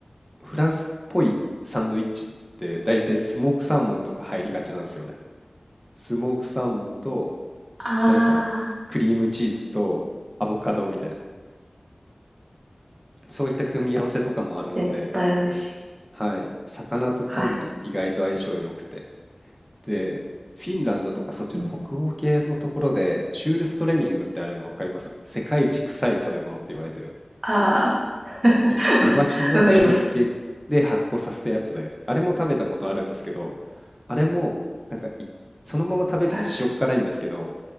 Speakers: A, in the centre; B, on the right (about 50°).
A: フランスっぽいサンドイッチって大体スモークサーモンとか入りがちなんですよねスモークサーモンと
B: あ
A: なんかクリームチーズとアボカドみたいな
B: あ。
A: そういった組み合わせとかもあるので
B: 絶対美味しい。
A: はい、魚とパンって意外と相性良くて。
B: はい。
A: で、フィンランドとかそっちの北欧系のところで、
B: うん。
A: シュールストレミングってあるの分かります世界一臭い食べ物って言われてる。
B: ああ。<laughs>
A: い、イワシの塩漬けで発酵させたやつで、
B: わわかります。
A: あれも食べたことあるんですけど、あれも、なんかい、そのまま食べると塩っ辛いんですけど、
B: はい